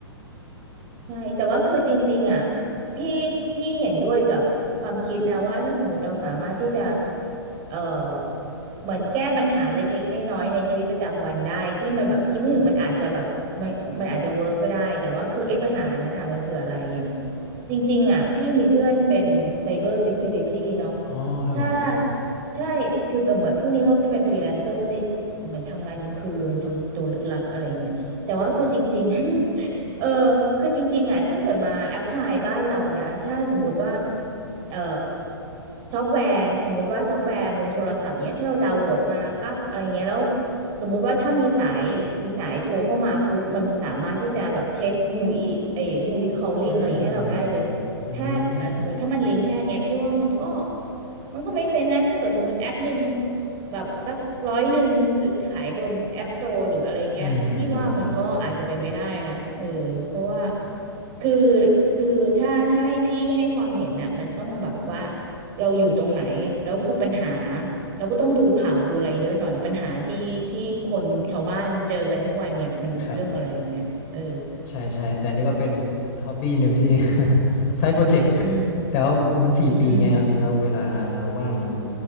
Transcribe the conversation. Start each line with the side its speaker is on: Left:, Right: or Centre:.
Right: ใช่แต่ว่าคือจริงๆอ่ะพี่พี่เห็นด้วยกับความคิดนะว่าถ้าสมมติเราสามารถที่จะเอ่อเหมือนแก้ปัญหาเล็กๆน้อยๆในชีวิตประจำวันได้ที่มันแบบคิดไม่ถึงมันอาจจะแบบมันมันอาจจะเวิร์กก็ได้แต่ว่าคือไอ้ปัญหานั้นอ่ะมันคืออะไรอย่างจริงๆอ่ะพี่มีเพื่อนเป็น Cyber Security เนาะ
Left: อ๋อครับผม
Right: ถ้าใช่คือเป็นเหมือนพวกนี้เขาก็จะเป็นฟรีแลนเซอร์เขาจะเหมือนทำงานกลางคืนทำตัวลึกลับอะไรเงี้ยแต่ว่าคือจริงๆ เออคือจริงๆอ่ะถ้าเกิดมาแอพพลายบ้านเรานะถ้าสมมติว่าเอ่อซอฟต์แวร์สมมติว่าซอฟต์แวร์บนโทรศัพท์เนี้ยที่เราดาวน์โหลดมาปั๊บอะไรเงี้ยแล้วสมมุติว่าถ้ามีสายมีสายโทรเข้ามาปุ๊บมันสามารถที่จะแบบเช็ค who is เอ้ย who is calling
Left: อืมอืมอืมอืม
Right: อะไรให้เราได้เลย ถ้าอ่ะสมมติถ้ามันลิงก์แค่เนี้ยพี่ว่ามันก็มันก็ไม่เซนนะถ้าเกิดสมมติแอปหนึ่งแบบสักร้อยหนึ่งซื้อขายบน App Store หรืออะไรเงี้ยพี่ว่ามันก็อาจจะเป็นไปได้นะเออเพราะว่า
Left: อืมอืมครับผม
Right: คือคือถ้าถ้าให้พี่ให้ความเห็นน่ะมันต้องแบบว่าเราอยู่ตรงไหนแล้วคือปัญหาเราก็ต้องดูข่าวดูอะไรเยอะหน่อยปัญหาที่ที่คนชาวบ้านเจอกันทุกวันเนี่ยมันเรื่องอะไรอย่างเงี้ยเออ
Left: ครับใช่ใช่แต่นี่ก็เป็นฮ็อบบี้หนึ่งที่ <laughs> ไซต์โปรเจกต์
Right: อืม
Left: แต่ว่ามันสี่ปีไงเอาจริงแล้วเวลา
Right: อืม
Left: ว่างมัน